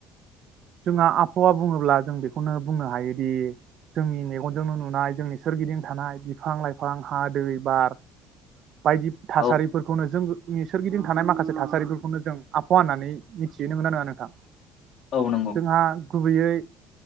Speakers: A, on the right; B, on the left.
A: जोंहा आबहावा बुङोब्ला जों बेखौनो बुंनो हायोदि जोंनि मेगनजोंनो नुनाय जोंनि सोरगिदिं थानाय बिफां लाइफां हा दै बार बायदि थासारिफोरखौनो
B: औ
A: जों नि सोरगिदिं थानाय माखासे थासारिफोरखौनो जों आबहावा होननानै मिथिहोननो मोनो ना नोंथां?
B: औ नंगौ
A: जोंहा गुबैयै